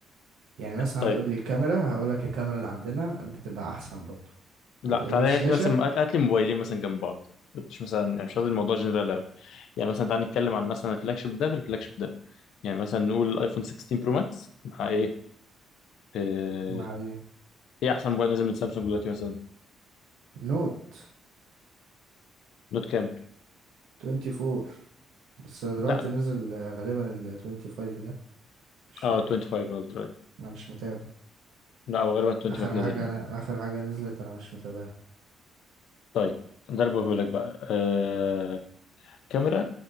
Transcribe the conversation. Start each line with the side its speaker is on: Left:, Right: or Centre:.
Right: يعني مثلا
Left: طيب
Right: هتقول لي الكاميرا هقول لك الكاميرا اللي عندنا بتبقى احسن برضو
Left: لا
Right: هتقول
Left: تعالى
Right: لي الشاشة
Left: هات لي مثلا هات هات لي موبايلين مثلا جنب بعض مش مثلا يعني مش قصدي الموضوع جنرال قوي يعني مثلا تعالى نتكلم عن مثلا الفلاج شيب ده في الفلاج شيب ده يعني مثلا نقول الايفون 16 برو ماكس مع ايه آه،
Right: مع ايه
Left: ايه احسن موبايل نازل من سامسونج دلوقتي مثلا
Right: نوت
Left: نوت كام
Right: 24 بس دلوقتي
Left: لا
Right: نزل آه، غالبا ال 25 ده مش فاكر
Left: اه 25 الترا
Right: انا مش متابع
Left: لا هو غالبا 25
Right: اخر حاجه
Left: نزل اه
Right: انا اخر حاجه نزلت انا مش متابعها
Left: طيب ده اللي بقوله لك بقى آه... كاميرا